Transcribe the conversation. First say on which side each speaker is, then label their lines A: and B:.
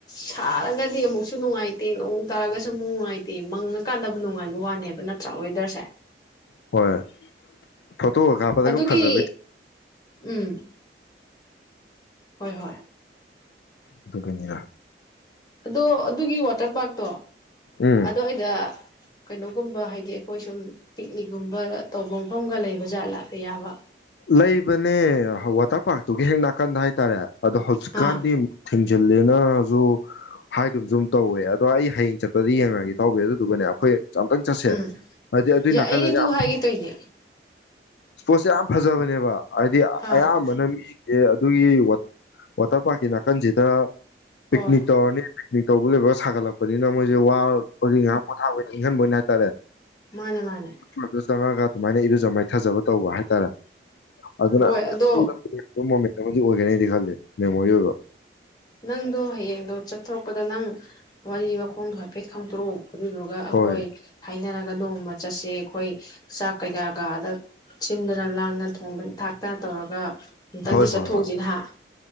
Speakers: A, on the left; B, on the left.
A: ꯁꯥꯔꯒꯗꯤ ꯑꯃꯨꯛꯁꯨ ꯅꯨꯡꯉꯥꯏꯇꯦ ꯅꯣꯡ ꯇꯥꯔꯒꯁꯨ ꯑꯃꯨꯛ ꯅꯨꯡꯉꯥꯏꯇꯦ ꯃꯪꯉꯀꯥꯟꯗꯕꯨ ꯅꯨꯡꯉꯥꯏꯕ ꯋꯥꯅꯦꯕ ꯅꯠꯇ꯭ꯔꯥ ꯋꯦꯗꯔꯁꯦ
B: ꯍꯣꯏ ꯐꯣꯇꯣꯒ ꯀꯥꯞꯄꯗꯒ
A: ꯑꯗꯨꯒꯤ
B: ꯐꯖꯕꯩ
A: ꯎꯝ ꯍꯣꯏ ꯍꯣꯏ
B: ꯑꯗꯨ ꯀꯅꯤꯔꯥ
A: ꯑꯗꯣ ꯑꯗꯨꯒꯤ ꯋꯥꯇꯔ ꯄꯥꯔꯛꯇꯣ
B: ꯎꯝ
A: ꯑꯗꯨꯗꯋꯥꯏꯗ ꯀꯩꯅꯣꯒꯨꯝꯕ ꯍꯥꯏꯗꯤ ꯑꯩꯈꯣꯏ ꯁꯨꯝ ꯄꯤꯛꯅꯤꯛꯒꯨꯝꯕ ꯇꯧꯕ ꯃꯐꯝꯒ ꯂꯩꯕ ꯖꯥꯠ ꯂꯥꯛꯄ ꯌꯥꯕ
B: ꯂꯩꯕꯅꯦ ꯋꯥꯇꯔ ꯄꯥꯔꯛꯇꯨꯒꯤ ꯍꯦꯛ ꯅꯥꯀꯟꯗ ꯍꯥꯏꯇꯥꯔꯦ ꯑꯗ ꯍꯧꯖꯤꯛꯀꯥꯟꯗꯤ
A: ꯑꯥ
B: ꯃꯊꯖꯂꯦ ꯅꯁꯨꯨ ꯍꯥꯏꯗꯨꯝꯁꯨꯨꯝ ꯇꯧꯋꯦ ꯑꯗꯣ ꯑꯩ ꯍꯌꯦꯡ ꯆꯠꯄꯗ ꯌꯦꯡꯉꯛꯒꯦ ꯇꯧꯋꯦ ꯑꯗꯨꯗꯨꯒꯅꯦ ꯑꯩꯈꯣꯏ ꯑꯝꯇꯪ ꯆꯠꯁꯦ
A: ꯎꯝ
B: ꯍꯥꯏꯗꯤ ꯑꯗꯨꯒꯤ
A: ꯑꯩ
B: ꯅꯥꯀꯟꯗ
A: ꯑꯗꯨ
B: ꯌꯥꯝ
A: ꯍꯥꯏꯒꯦ ꯇꯧꯅꯦ
B: ꯏꯁꯄꯣꯔꯠꯁꯦ ꯌꯥꯝ ꯐꯖꯕꯅꯦꯕ ꯍꯥꯏꯗꯤ
A: ꯑꯥ
B: ꯑꯌꯥꯝꯕꯅ ꯑꯦ ꯑꯗꯨꯒꯤ ꯋꯥꯇꯔ ꯄꯥꯔꯛꯀꯤ ꯅꯥꯀꯟꯁꯤꯗ ꯄꯤꯛꯅꯤ
A: ꯍꯣꯏ
B: ꯇꯔꯅꯤ ꯃꯤꯇꯧꯕ ꯂ ꯂꯩꯕ ꯁꯒꯠꯂꯛꯄ ꯀꯅ ꯃꯣꯏꯁꯦ ꯋꯥꯔꯤꯡꯥ ꯄꯊꯥ ꯑꯣꯏ ꯏꯪꯍꯟꯕ ꯑꯣꯏꯅ ꯍꯥꯏꯇꯥꯔꯦ
A: ꯃꯥꯅꯦꯦ ꯃꯥꯅꯦꯦ
B: ꯑꯗꯨ ꯆꯪꯉꯒ ꯑꯗꯨꯃꯥꯏꯅ ꯏꯔꯨꯖ ꯃꯥꯏꯊꯥꯖꯕ ꯇꯧꯕ ꯍꯥꯏ ꯇꯔꯥ ꯑꯗꯨꯅꯣ
A: ꯍꯣꯏ
B: ꯑꯣꯅꯥ
A: ꯑꯗꯣ
B: <unintelligible> ꯅꯦꯃꯣꯔꯤ ꯑꯣꯏꯕꯥ
A: ꯅꯪꯗꯣ ꯍꯌꯦꯡꯗꯣ ꯆꯠꯊꯣꯔꯛꯄꯗ ꯅꯪ ꯋꯥꯔꯤ ꯋꯥꯈꯣꯡꯗꯣ ꯍꯥꯏꯐꯦꯠ ꯈꯥꯡꯗꯣꯔꯛꯎ ꯑꯗꯨꯗꯨꯒ ꯑꯩꯈꯣꯏ
B: ꯍꯣꯏ
A: ꯍꯥꯏꯅꯔꯒ ꯒ ꯅꯣꯡꯃ ꯆꯠꯁꯦ ꯑꯩꯈꯣꯏ ꯆꯥꯛ ꯀꯩꯀꯥ ꯀꯒꯥꯗ ꯁꯤꯟꯗꯅ ꯂꯥꯡꯅ ꯊꯣꯡꯗꯅ ꯊꯥꯛꯇ ꯇꯧꯔꯒ ꯑꯃꯨꯛꯇꯪꯗꯤ
B: ꯍꯣꯏ ꯍꯣꯏ
A: ꯆꯠꯊꯣꯛꯎꯁꯤ
B: ꯍꯣꯏ
A: ꯅꯍꯥꯛ